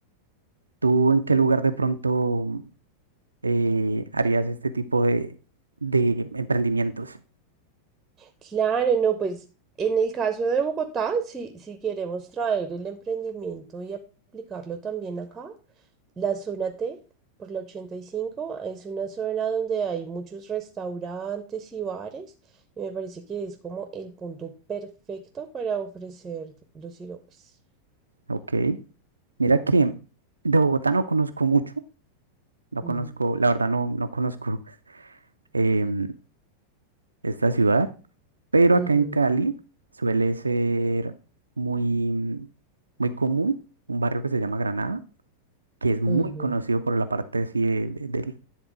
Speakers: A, on the right; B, on the right.
A: ¿Tú en qué lugar de pronto eh, harías este tipo de, de emprendimientos.
B: Claro, no, pues en el caso de Bogotá, si, si queremos traer el emprendimiento y aplicarlo también acá, la zona T por la 85 es una zona donde hay muchos restaurantes y bares y me parece que es como el punto perfecto para ofrecer los siropes.
A: Ok. Mira que de Bogotá no conozco mucho. No
B: Ujú.
A: conozco, la verdad, no, no conozco <laughs> em, esta ciudad. Pero
B: Ujú,
A: acá en Cali suele ser muy, muy común un barrio que se llama Granada, que es muy
B: ujú,
A: conocido por la parte así de, de- del-